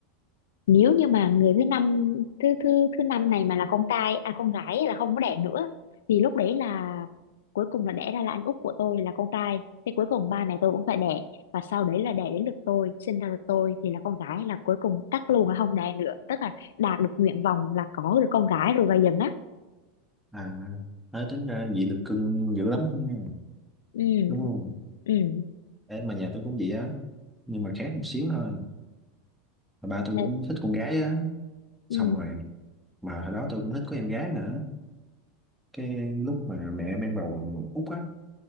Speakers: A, on the left; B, in the centre.
A: nếu như mà người thứ năm thứ thứ thứ năm này mà là con trai à con gái là không có đẻ nữa thì lúc đấy là cuối cùng là đẻ ra là anh út của tôi là con trai thì cuối cùng ba mẹ tôi cũng phải đẻ và sau đấy là đẻ đến lượt tôi sinh ra được tôi thì là con gái là cuối cùng cắt luôn là không đẻ nữa tức là đạt được nguyện vọng là có được con gái rồi và dần á
B: à nói tính ra vậy được cưng dữ lắm nha
A: ừ
B: đúng không
A: ừ
B: ê mà nhà tôi cũng vậy á nhưng mà khác một xíu thôi mà ba tôi
A: ừ
B: cũng thích con gái á xong
A: ừ
B: rồi mà hồi đó tôi cũng thích có em gái nữa cái lúc mà mẹ mang bầu út á